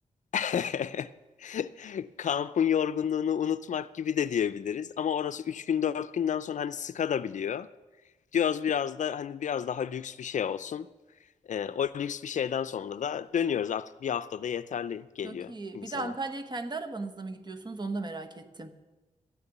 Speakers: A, on the left; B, on the right.
A: <laughs> Kampın yorgunluğunu unutmak gibi de diyebiliriz. Ama orası 3 gün 4 günden sonra hani sıkadabiliyor. Diyoruz biraz da hani biraz daha lüks bir şey olsun. E, o lüks bir şeyden sonra da dönüyoruz artık bir haftada yeterli
B: <laughs>
A: geliyor
B: Çok iyi.
A: insana.
B: Bir de Antalya'ya kendi arabanızla mı gidiyorsunuz? Onu da merak ettim.